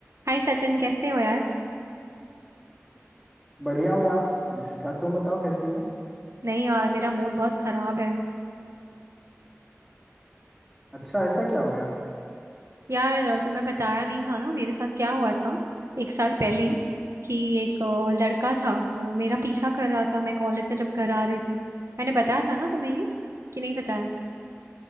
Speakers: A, on the right; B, in the centre.
A: हाय सचिन कैसे हो यार
B: बढ़िया हो यार दिसिका तुम बताओ कैसी हो
A: नहीं यार मेरा मूड बहुत खराब है
B: अच्छा ऐसा क्या हो गया
A: यार तुम्हें बताया नहीं था ना मेरे साथ क्या हुआ था एक साल पहले ही, कि एक अ, लड़का था वो मेरा पीछा कर रहा था मैं कॉलेज से जब घर आ रही थी मैंने बताया था ना तुम्हें ये कि नहीं बताया